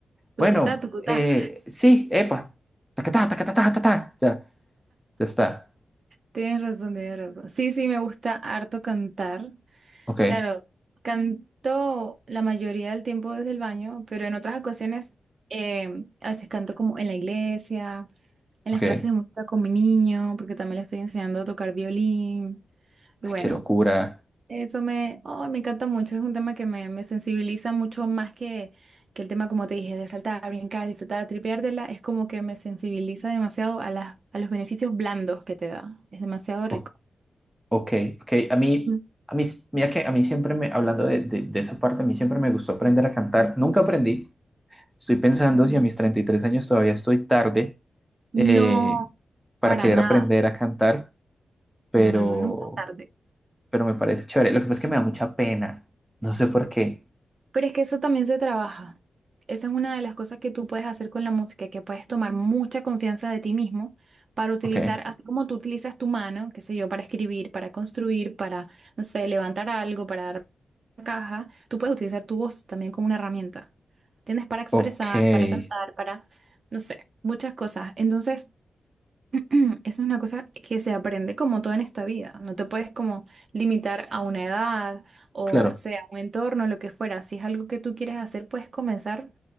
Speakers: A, on the right; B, in the centre.
A: Tucutá,
B: bueno,
A: tucutá.
B: eh, sí, epa, tacatá, tacatá, tacatá, ya, ya está.
A: Tienes razón, tienes razón. Sí, sí, me gusta harto cantar.
B: Ok,
A: Claro, canto la mayoría del tiempo desde el baño, pero en otras ocasiones eh, a veces canto como en la iglesia, en
B: ok,
A: las clases
B: Ay,
A: de música con mi niño, porque también le estoy enseñando a tocar violín. Y bueno,
B: qué locura.
A: eso me, oh, me encanta mucho, es un tema que me, me sensibiliza mucho más que, que el tema, como te dije, de saltar, brincar, disfrutar, tripeártela, es como que me sensibiliza demasiado a las, a los beneficios blandos que te da. Es demasiado
B: Ok,
A: rico.
B: Ok, ok. A mí,
A: Ujú.
B: a mí, mira que a mí siempre me, hablando de, de- de esa parte, a mí siempre me gustó aprender a cantar. Nunca aprendí. Estoy pensando si a mis 33 años todavía estoy tarde
A: No,
B: eh, para
A: para
B: querer
A: nada.
B: aprender a cantar, pero,
A: No, no, no, nunca es tarde.
B: pero me parece chévere. Lo que pasa es que me da mucha pena. No sé por qué.
A: Pero es que eso también se trabaja. Esa es una de las cosas que tú puedes hacer con la música, que puedes tomar mucha confianza de ti mismo para utilizar,
B: Ok,
A: así como tú utilizas tu mano, qué sé yo, para escribir, para construir, para, no sé, levantar algo, para dar una caja, tú puedes utilizar tu voz también como una herramienta. Tienes para expresar,
B: ok.
A: para cantar, para, no sé, muchas cosas. Entonces, <clears throat> Es una cosa que se aprende como todo en esta vida. No te puedes como limitar a una edad o
B: Claro.
A: no sé, a un entorno, lo que fuera. Si es algo que tú quieres hacer, puedes comenzar